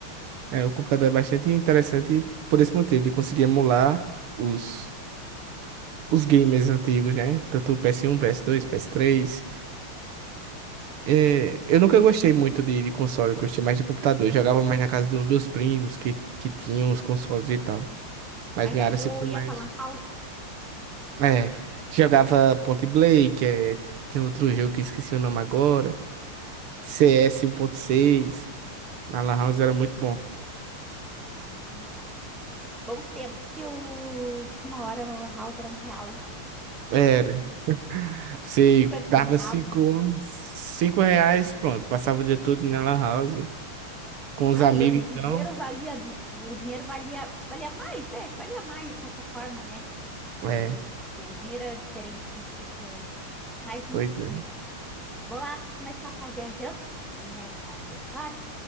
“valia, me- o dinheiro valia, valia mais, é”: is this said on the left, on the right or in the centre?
Centre